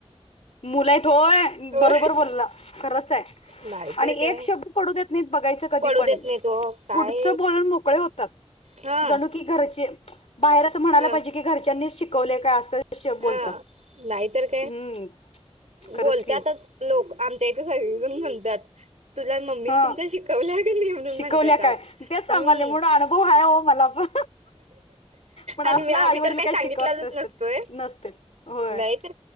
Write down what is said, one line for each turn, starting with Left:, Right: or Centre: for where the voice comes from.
Left: मुल आहेत होय,
Right: हो
Left: बरोबर बोलला खरंच आहे.
Right: नाही तर
Left: आणि
Right: काय
Left: एक शब्द पडू देत नाहीत बघायचं कधी
Right: पडू देत
Left: पण
Right: नाही तो काय
Left: पुढचं बोलून मोकळे होतात.
Right: हा
Left: जणू की घरचे, बाहेर असं म्हणायला
Right: हा
Left: पाहिजे की घरच्यांनीच शिकवलेय काय असं. श बोलतात
Right: हा नाहीतर-
Left: हम्म खरंच
Right: बोलत्यातच
Left: की
Right: लोक आमच्या इथे सगळीजण म्हणत्यात. तुला मम्मीन
Left: हा
Right: तुमच्या शिकवल्याकणी म्हणून
Left: शिकवल्या
Right: म्हणत्यात
Left: काय
Right: अहो,
Left: तेच सांगाले
Right: हम्म
Left: म्हणून अनुभव आहे हो मला पण पण असलं
Right: आणि मी आम्ही
Left: आई वडील
Right: तर काही
Left: काय
Right: सांगितल्यालोच
Left: शिकवत नसतात
Right: नसतोय.
Left: नसते होय
Right: नाहीतर,